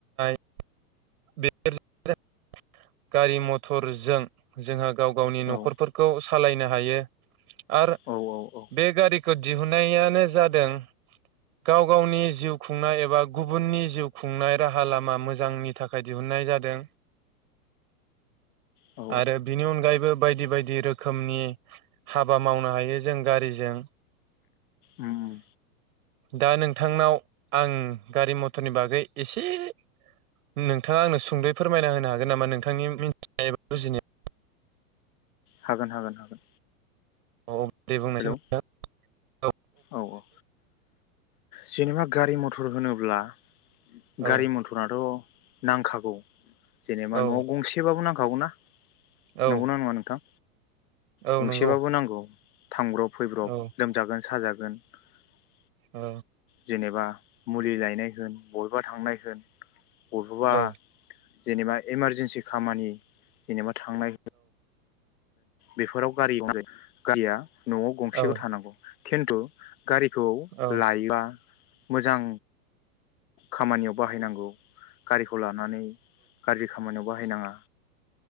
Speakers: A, on the right (about 70°); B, on the left (about 70°).
A: बेफोर जा गारि मथरजों जोंहा गाव गावनि नखरफोरखौ
B: औ
A: सालायनो हायो आर
B: औ औ औ
A: बे गारिखौ दिहुननायानो जा दों गाव गावनि जिउ खुंनाय एबा गुबुननि जिउ खुंनाय राहा लामा मोजांनि थाखाय दिहुननाय जादों।
B: औ
A: आरो बेनि अनगायै बो बायदि बायदि रोखोमनि हाबा मावनो हायो जों गारिजों।
B: उम उम
A: दा नोंथांनाव आं गारि मथरनि बागै एसे नोंथाङा आंनो सुंद'यै फोरमायना होनो हागोन नामा नोंथांनि मिथिनाय एबा बुजिनायाव।
B: हागोन हागोन हागोन।
A: औ दे बुंनायसाय
B: हेलौ
A: नोंथां।
B: औ औ जेनेबा गारि मथ थुर होनोब्ला
A: औ
B: गारि मथराथ' नांखागौ जेनेबा
A: औ
B: नआव गंसेबाबो नां खागौ ना
A: औ
B: नंगौना नङा नोंथां?
A: औ
B: गंसेबाबो
A: नंगौ
B: नांगौ। थांब्रब फैब्रब
A: औ
B: लोमजागोन साजा <unintelligible>
A: औ
B: जेनेबा मुलि लायनाय होन बबेबा थांनाय होन अथ'बा
A: औ
B: जेनेबा इमारजेन्सि खामानि जेनेबा थांनाय बेफोराव गारियाव आरो गारिया न'आव गंसेल'
A: औ
B: थानांगौ खिन्तु <unintelligible> गारिखौ
A: औ
B: लायोबा मोजां खामानियाव बाहायनांगौ। गारिखौ लानानै गाज्रि खामानियाव बाहायनाङा